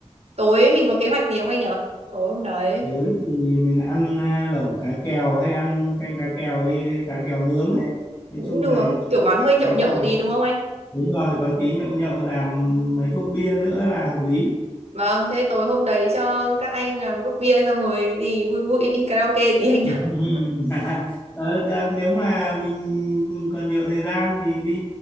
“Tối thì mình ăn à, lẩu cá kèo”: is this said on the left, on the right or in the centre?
Left